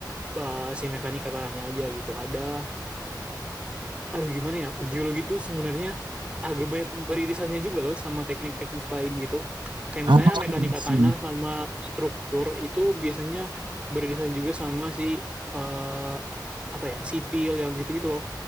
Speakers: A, on the right; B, on the right.
A: eh, si mekanika tanahnya aja gitu. Ada aduh gimana ya geologi itu sebenarnya agak banyak beririsannya juga loh sama teknik-teknik lain gitu kayak
B: Oh,
A: misalnya mekanika
B: I see.
A: tanah sama struktur itu biasanya beririsan juga sama si eh, apa ya sipil yang gitu-gitu loh